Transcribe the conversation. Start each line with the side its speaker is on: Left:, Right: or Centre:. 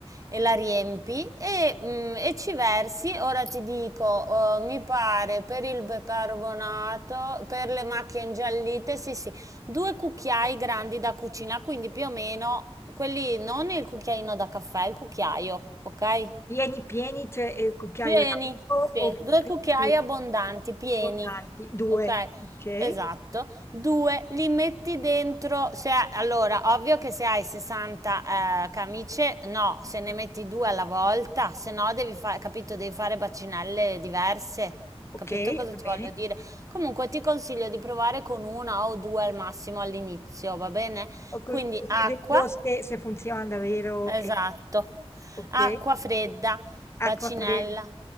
Right: e la riempi e, mm, e ci versi. Ora ti dico, eh, mi pare per il percarbonato, per le macchie ingiallite, sì, sì, due cucchiai grandi da cucina, quindi più o meno quelli, non il cucchiaino da caffè, il cucchiaio, ok?
Left: Pieni, pieni, c'è il cucchiaio
Right: Pieni,
Left: d'alto
Right: sì,
Left: o copriti
Right: due cucchiai abbondanti, pieni,
Left: con tanti? Due.
Right: ok?
Left: Ok,
Right: Esatto. Due, li metti dentro, se ha- allora, ovvio che se hai 60 eh, camicie, no, se ne metti due alla volta, se no devi fare, capito, devi fare bacinelle diverse,
Left: ok,
Right: capito cosa
Left: va
Right: ti
Left: bene.
Right: voglio dire? Comunque ti consiglio di provare con una o due al massimo all'inizio, va bene?
Left: O co-
Right: Quindi
Left: Così
Right: acqua,
Left: vedo se, se funziona davvero.
Right: Esatto.
Left: e- Ok,
Right: Acqua fredda,
Left: acqua
Right: bacinella.
Left: fredda,